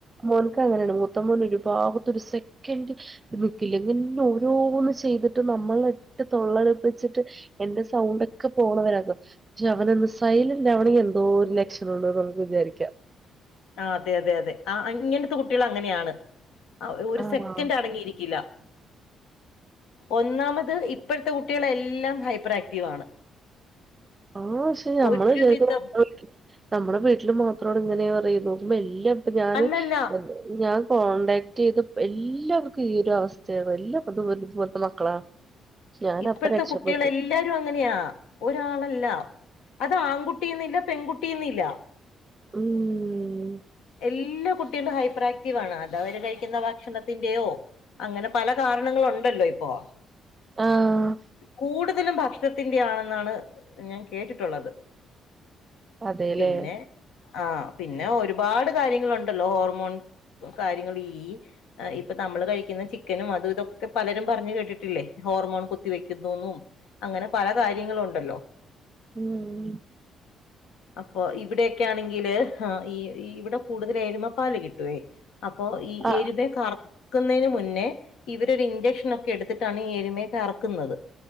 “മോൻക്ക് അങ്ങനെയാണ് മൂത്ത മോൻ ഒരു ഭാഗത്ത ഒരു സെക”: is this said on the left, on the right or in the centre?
Right